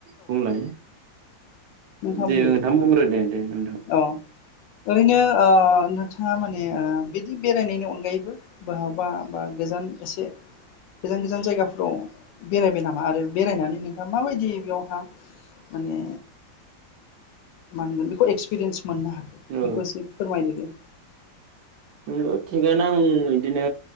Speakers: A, on the right; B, on the left.
A: बुंलाय
B: नोंथाङा
A: दे
B: बुंदो
A: नोंथां बुंग्रो दे दे नोंथां
B: औ ओरैनो ओह नोंथाङा माने बिदि बेरायनायनि अनगायैबो बहाबा बा गोजान एसे गोजान गोजान जायगाफोराव बेरायबाय नामा आरो बेरायनानै नोंथाङा माबायदि बेयावहा माने मा होनगोन बेखौ एक्स पिरिनस मोननो हागोन
A: औ
B: बेखौ एसे फोरमायदो दे
A: नंगौ थिगानो आं इदिनो